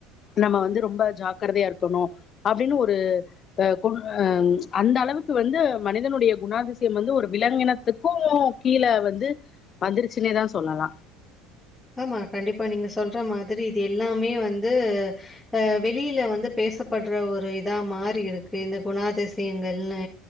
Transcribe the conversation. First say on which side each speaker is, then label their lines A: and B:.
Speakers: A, on the left (about 40°); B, in the centre.
A: நம்ம வந்து ரொம்ப ஜாக்கிரதையா இருக்கணும் அப்படின்னு ஒரு அஹஹ் அந்த அளவுக்கு வந்து மனிதனுடைய குணாதி ம் வந்து ஒரு விலங்கினத்துக்கும் கீழே வந்து வந்துருச்சுன்னே தான் சொல்லலாம்
B: ஆமா கண்டிப்பா நீங்க சொல்ற மாதிரி இது எல்லாமே வந்துஹ வெளியில வந்து பேசப்படுற ஒரு இதா மாறி இருக்கு இந்த குணதிசயங்கள்ளே